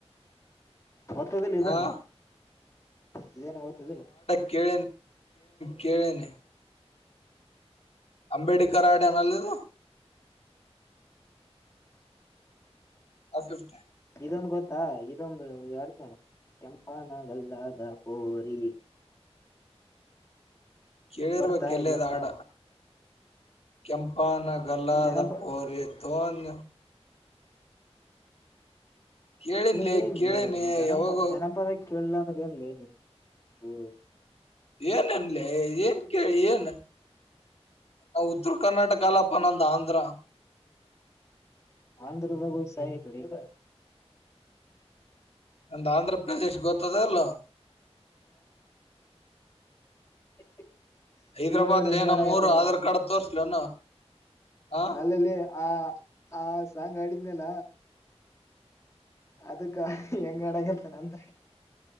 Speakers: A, on the left; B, on the left.
A: ಮತ್ತದದಲ್ಲಿ ಇದಾನೆ
B: ಆ
A: ಇದೇನ ಓದ್ತದಿಲ್ಲ
B: ಕಳ ಕಳ ಕಳ ಅಂಬೇಡ್ಕರ ಆಡನಲ್ಲಿದು ಆಫಿಫ್ಟ
A: ಇದೊಂದು ಗೊತ್ತಾ ಇದೊಂದು ಎಡ್ತಣ ಕೆಂಪಾನಗಲ್ಲಾದ ಪೋರಿ
B: ಕೇಳಿರುವ
A: ಬರ್ತಾ
B: ಕೆಲ್ಲದ
A: ಇದ್ ಗೊತ್ತಾ
B: ಆಡ ಕೆಂಪಾನ ಗಲ್ಲಾದ
A: ಈ ಜನಪ
B: ಪೋರಿ ತೋನ್ ಕೇಳಿನ್ಲೆ
A: ಏ
B: ಕೇಳಿನಿ
A: ಏ ಗನಪ
B: ಯಾವಾಗ
A: ಜನಪದ ಕೇಳಿಲ್ಲ ಅಂದ್ರೆ ಏನ್ ನೀನ್ ಹ
B: ಏನನ್ಲ ಏನ್ ಕೇಳಿ ಏನ್ ಹೌದು ಉತ್ತರ ಕರ್ನಾಟಕ ಅಲ್ಲಪ್ಪ ನಂದು ಆಂಧ್ರ
A: ಆಂಧ್ರದ ಸಾಯ ಕಡೆ <inaudible>
B: ನಂದ್ ಆಂಧ್ರ ಪ್ರದೇಶ್ ಗೊತ್ತದ ಇಲ್ಲ
A: <inaudible>
B: ಹೈದ್ರಾಬಾದ್
A: ಇವ ನೋಡ
B: ಲೇ
A: ಹೆಂಗಡ
B: ನಮ್ಮೂರು
A: ಆಗತಾರ
B: ಆಧಾರ್ ಕಾರ್ಡ್ ತೋರ್ಸ್ಲೇನು ಆ
A: ಅಲ್ಲಲ್ಲಿ ಆ ಆ ಸಾಂಗ್ ಆಾಡಿದ್ಮೇಲ ಅದಕ್ಕ ಹೆಂಗಡಗತ್ತನಂದ್ರೆ